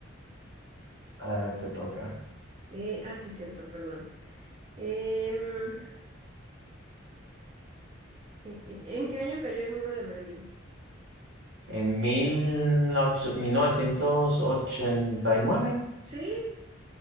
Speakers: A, on the right (about 70°); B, on the right (about 30°).
A: A ver, te toca.
B: Eh, ah, sí, cierto, perdona. Em, eh, eh, ¿en qué año cayó el muro de Berlín?
A: En mil ocho- mil novecientos ochenta y nueve
B: Sí,